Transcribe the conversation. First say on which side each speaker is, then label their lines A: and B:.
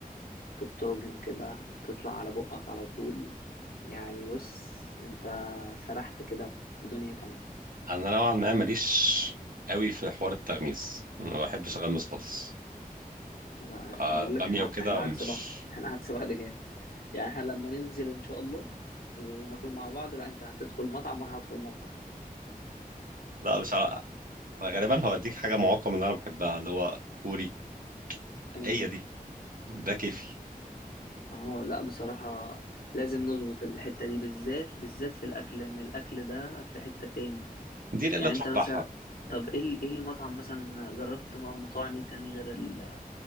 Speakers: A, on the left (about 75°); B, on the right (about 65°).
A: في الطاجن كده تطلع على بقك على طول يعني بص انت سرحت كده في دنيا تانية
B: انا نوعا ما ماليش قوي في حوار التغميس ما بحبش اغمس خالص
A: ما-
B: آه،
A: بقول
B: الباميه
A: لك احنا
B: وكده
A: احنا عكس
B: مش
A: بعض احنا عكس بعض جامد يعني احنا لما ننزل ان شاء الله وناكل مع بعض لا انت هتدخل مطعم وانا هدخل مطعم
B: لا مش عارف انا غالبا هوديك حاجه معقمه من اللي انا بحبها اللي هو كوري
A: أم،
B: هي دي ده كيفي
A: اهو لا بصراحة لازم نظبط الحتة دي بالذات بالذات في الاكل لان الاكل ده في حتة تاني
B: دي الا
A: يعني
B: تروح
A: انت مثلا
B: بحة
A: طب ايه ال- ايه المطعم مثلا جربت م- مطاعم ايه تاني غير ال...